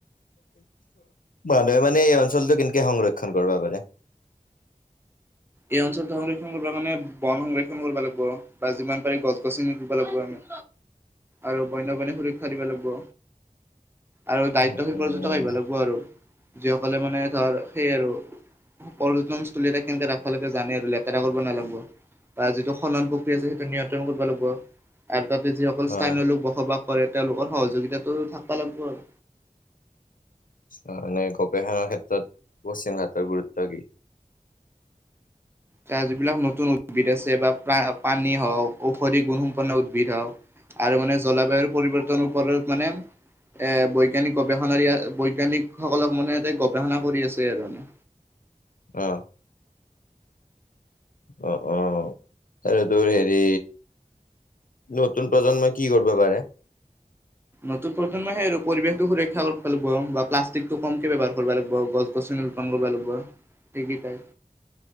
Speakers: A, on the left; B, on the right.
A: মানুহে মানে এই অঞ্চলটো কেনেকে সংৰক্ষণ কৰিব পাৰে।
B: এই অঞ্চলটো সংৰক্ষণ কৰিব কাৰণে বন সংৰক্ষণ কৰিব লাগিব বা যিমান পাৰি গছ গছনি ৰুব লাগিব আমি।
A: <inaudible>
B: আৰু বন্যপ্ৰাণী সুৰক্ষা দিব লাগিব। আৰু দায়িত্বশীল
A: উম, উম।
B: প্যক আহিব লাগিব আৰু যিসকলে মানে ধৰ সেই আৰু পৰ্যটনস্থলী এটা কেনেকে ৰাখ সকলোৱে টোৱে জানে আৰু লেতেৰা কৰিব নালাগিব। বা যিটো সনন প্ৰক্ৰিয়া আছে সেইটো নিয়ন্ত্ৰণ কৰিব লাগিব আৰু তাতে যিসকল স্থানীয়
A: অ'।
B: লোক বসবাস। কৰে তেওঁলোকৰ সহযোগিতাটো থাকিব লাগিব আৰু।
A: তানে কপেখানৰ ক্ষেত্ৰত পশ্চিম ভাৰাটৰ গুৰুত্ব কি? <unintelligible>
B: তাৰ যিবিলাক নতুন উদ্ভিদ আছে বা প্ৰাানী হওঁক ঔষধি গুণসম্পন্ন উদ্ভিদ হওঁক। আৰু মানে জলবায়ুৰ পৰিৱৰ্তনৰ ওপৰত মানে। এ বৈজ্ঞানিক গৱেষণাৰ বৈজ্ঞানিকসকলক মানে এ গৱেষণা কৰি আছে এই ধৰণে।
A: আহ অ অ আৰু তোৰ হেৰি নতুন প্ৰজন্মই কি কৰিব পাৰে।
B: নতুন প্ৰজন্মই সে আৰু পৰিৱেশটো সুৰক্ষা কৰিব লাগিব বা প্লাষ্টিকটো কমকে ব্যৱাৰ কৰিব লাগিব গছ -গছনি। ৰুপন কৰিব লাগিব সেইকেইটা